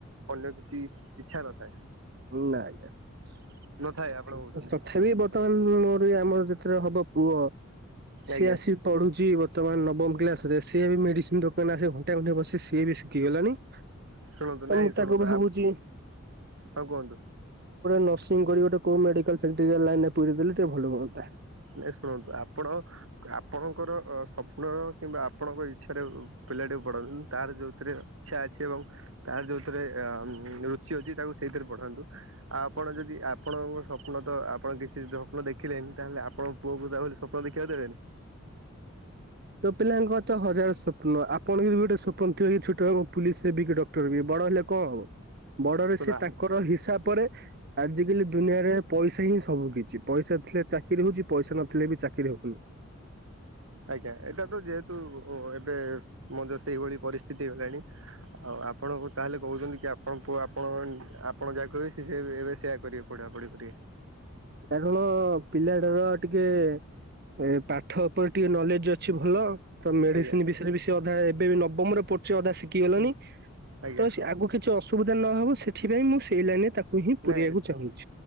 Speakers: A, on the right; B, on the right.
A: ଅନ୍ୟ କିଛି ଇଚଛା ନଥାଏ।
B: ନା ଆଜ୍ଞା
A: ନଥାଏ ଆପଣ କହୁଛନ୍ତି
B: ତଥାପି ବର୍ତ୍ତମାନ ମୋର ଆମର ହବ ପୁଅ
A: ଆଜ୍ଞା
B: ସିଏ ଆସିି ପଢୁଛି ବର୍ତ ନବମ କ୍ଲାସ ରେ ସେଏ ବି ମେଡିସିନ ଦୋକାନ ଘଣ୍ଟା ଘଣ୍ଟେ ବସି ସିଏ ବି ଶିଖିଗଲଣି ତ
A: ଶୁଣନ୍ତୁ ନାଇଁ
B: ମୁଁ
A: ଶୁଣନ୍ତୁ
B: ତାକୁ ଭାବୁଛି
A: ହଁ କୁହନ୍ତୁ।
B: ନର୍ସିଂ କରି କୋଉ ମେଡିକାଲ ଲାଇନ ରେ ପୁରେଇ ଦେଲେ ଟିକ ଭଲ ହଅନ୍ତା।
A: ନାଇଁ ଶୁଣନ୍ତୁ ଆପଣ ଆପଣଙ୍କର ସ୍ୱପ୍ନର କିମ୍ବା ଆପଣଙ୍କ ଇଚ୍ଛାରେ ପିଲାଟିକୁ ପଢଛନ୍ତି ତାର ଯୋଉଥିରେ ଇ୍ଛା ଅଛି ଏବଂ ତାର ଯୋଉଥିରେ ରୁଚି ଅଛି ତାକୁ ସେ ପଢାନ୍ତୁ ଆଉ ଆପଣ ଯଦି ଆପଣଙ୍କ ସ୍ୱପ୍ନ ତ ଆପଣ କିଛି ସଵପ୍ନ ଦେଖିଲେନି ତାହେଲେ ଆପଣ ପୁଅ କ ଯାହା ବୋଲି ସ୍ୱପ୍ନ ଦେଖିବାକୁ ଦେବେନି।
B: ତୋ ପିଲାଙ୍କ ହଜାର ସଵପ୍ନ ଆପଣ ଯ ଗୋଟେ ସଵପ୍ନ ଥିବ କି ଛୋଟବେ ପୋଲିସ ହେବ ବି କି ଡକ୍ଟର ବି ବଡ ହେଲେ କଣ ହବ ବଡରେ
A: ଶୁଣ
B: ସେି ତାଙ୍କର ହିସାବ ପରେ- ଆଜିକାଲି ଦୁନିଆରେ ପଇସା ହିଁ ସବୁ କିଛି ପଇସା ଥିଲେ ଚାକିରି ହଉଛି ପଇସା ନଥିଲେ ବି ଚାକିରି ହଉନି
A: ଆଜ୍ଞା ଏଟା ତ ଯେହେତୁ ଏବେ ମ ସେଇଭଳି ପରିସ୍ଥିତି ହେଲାଣି ଆଉ ଆପଣ ଆପଣ ତାହେଲେ କହୁଛନ୍ତି କି ଆପଣୁଅ ଆପଣ ଆପଣ ଯାହା କହିବେ ସେ ଏବେ ସେୟା କରିବେ ପଢ଼ାପଢି କରିବେ।
B: କାରଣ ପିଲା ର ଟିକେ ଏ ପାଠ ଉପରେ ଟିକେ ନଲେଜ ଅଛି ଭଲ। ତ ମେଡିସିନ
A: ଆଜ୍ଞା
B: ବିଷୟରେ ବିେଶ ଅଧା ଏବେ ବି ନବମରେ ଅଦା ଶିଖି ଗଲଣି
A: ହୁଁ ଆଜ୍ଞା।
B: ତ ଆଗ କିଛି ଅସୁବିଧା ନହବ ସେଥିପାଇଁ ମୁଁ ସେଇ ଲାଇନ ରେ ତାକୁ ହିଁ ପୁରେଇବାକୁ
A: ନାଇଁ
B: ଚାହୁଁଛି।